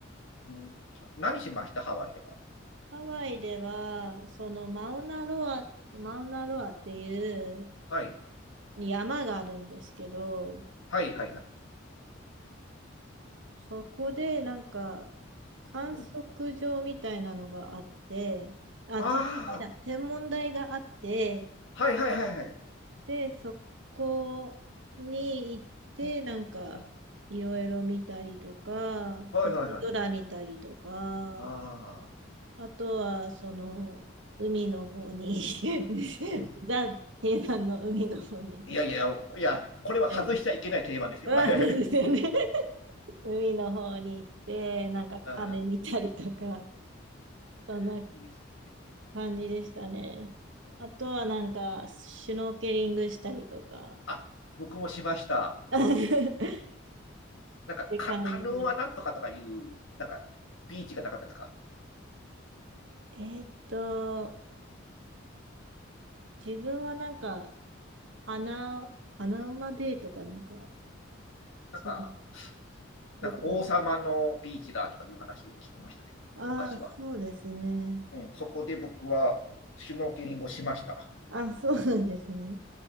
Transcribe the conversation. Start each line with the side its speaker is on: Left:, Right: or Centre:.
Left: うん、何しましたハワイでは。
Right: <laughs> ハワイでは、そのマウナロア、マウナロアっていう
Left: はい。
Right: 山があるんですけど、
Left: はいはいはい。
Right: そこでなんか観測場みたいなのがあって、
Left: うん。
Right: あ、
Left: あ
Right: 天文台だ、天文台があって、
Left: あ、はいはいはいはい。
Right: で、そこに行って、
Left: うん、
Right: なんか、
Left: うん、
Right: いろいろ見たりとか、
Left: はいはいはい。
Right: 星空見たりとか、
Left: ああ、
Right: あとは、その、海の方に <laughs>
Left: うん。
Right: ザ・定番の海の方に。
Left: いやいや、いや、これは外しちゃいけない定番ですよ。
Right: はい。まあ、
Left: はいはい。
Right: そうですよね。<laughs> 海の方に行って、なんか鐘見たりとか、
Left: うん
Right: そんな
Left: <laughs> いいです
Right: 感じでしたね。
Left: ね。
Right: あとはなんか、シュノーケリングしたりとか、
Left: あ、僕もしました。
Right: <laughs> っ
Left: なんか、
Right: て感じです。
Left: か、カヌーはなんとかとかいう、なんか、ビーチがなかったですか
Right: えーっと、自分はなんか、
Left: うん。
Right: 穴、穴馬ベイとかなんか、その、
Left: なんか、なんか王様のビーチだとかいう話を聞きましたけど、
Right: どこだったああー、
Left: 昔は。
Right: そうですね。
Left: うん。そこで僕は、シュノーケリングをしました。
Right: あ、そうなんですね。